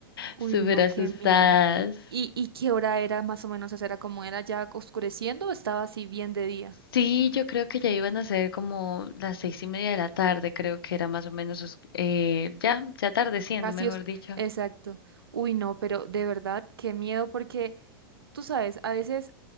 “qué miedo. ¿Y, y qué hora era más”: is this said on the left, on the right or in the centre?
Right